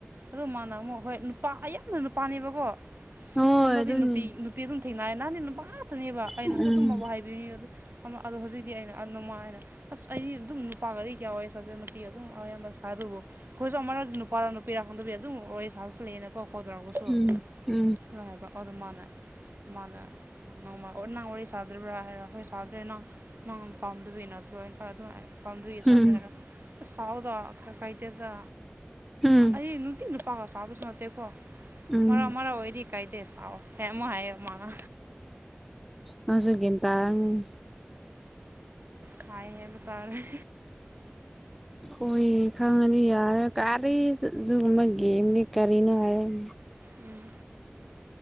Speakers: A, on the right; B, in the centre.
A: ꯑꯗꯨ ꯃꯥꯅ ꯑꯃꯨꯛ ꯍꯣꯏ ꯅꯨꯄꯥ ꯑꯌꯥꯝꯅ ꯅꯨꯄꯥꯅꯦꯕꯀꯣ
B: ꯍꯣꯏ
A: ꯍꯟꯗꯛꯇꯤ
B: ꯑꯗꯨꯅꯤ
A: ꯅꯨꯄꯤ ꯅꯨꯄꯤ ꯑꯗꯨꯝ ꯊꯦꯡꯅꯑ ꯅꯍꯥꯟꯅꯦ ꯅꯨꯄꯥ ꯉꯥꯛꯇꯅꯦꯕ ꯑꯩꯅꯁꯨ
B: ꯎꯝ
A: ꯑꯗꯨꯝ ꯃꯕꯨ ꯍꯥꯏꯕꯤꯔꯤ ꯑꯗꯨ ꯑꯃ ꯑꯗꯣ ꯍꯧꯖꯤꯛꯇꯤ ꯑꯩꯅ ꯑꯗꯨꯃꯥꯏꯅ ꯑꯁ ꯑꯩ ꯑꯗꯨꯝ ꯅꯨꯄꯥ ꯀꯌꯥ ꯋꯥꯔꯤ ꯁꯥꯗꯦ ꯅꯨꯄꯤ ꯑꯗꯨꯝ ꯑꯌꯥꯝꯕ ꯁꯥꯏꯗꯨꯕꯨ ꯑꯈꯣꯏꯁꯨ ꯑꯃꯔ ꯑꯗꯨ ꯅꯨꯄꯥꯥꯔ ꯅꯨꯄꯤꯔ ꯈꯪꯗꯕꯤ ꯑꯗꯨꯝ ꯋꯥꯔꯤ ꯁꯥꯕꯁꯨ ꯂꯩꯌꯦꯅ ꯀꯣ ꯀꯗ꯭ꯔꯒꯁꯨ
B: ꯎꯝ ꯎꯝ
A: ꯂꯕ ꯑꯗꯨ ꯃꯥꯅ ꯃꯥꯅ ꯅꯪꯃ ꯅꯪ ꯋꯥꯔꯤ ꯁꯥꯗ꯭ꯔꯤꯕ꯭ꯔꯥ ꯍꯥꯏꯔꯥ ꯍꯣꯏ ꯁꯥꯗ꯭ꯔꯦ ꯅꯪ ꯅꯪ ꯄꯥꯝꯗꯕꯤ ꯅꯠꯇ꯭ꯔꯣꯅ ꯑꯗꯨꯃꯥꯏ ꯄꯥꯝꯗꯕꯤ <unintelligible>
B: ꯎꯝ
A: ꯁꯥꯎꯗ ꯀꯩꯊꯗ
B: ꯎꯝ
A: ꯑꯩ ꯅꯨꯡꯇꯤ ꯅꯨꯄꯥꯒ ꯁꯥꯥꯕꯁꯨ ꯅꯠꯇꯦꯀꯣ
B: ꯎꯝ
A: ꯃꯅꯥ ꯃꯅꯥ ꯑꯣꯏꯔꯗꯤ ꯀꯥꯏꯗꯦ ꯁꯥꯥꯎ ꯐꯦꯃ ꯍꯥꯏ ꯃꯥꯅ
B: ꯃꯥꯁꯨ ꯒꯌꯥꯟ ꯇꯥꯔꯝꯅꯤ
A: ꯈꯥꯢ ꯍꯥꯢꯕ ꯇꯥꯔꯦ
B: ꯑꯣꯏ ꯈꯪꯉꯅꯤ ꯌꯥꯔꯦ ꯀꯥꯔꯤꯁꯨ ꯖꯨꯒꯨꯝꯕ ꯒꯦꯝꯅꯤ ꯀꯔꯤꯅꯣ ꯍꯥꯏꯔ
A: ꯎꯝ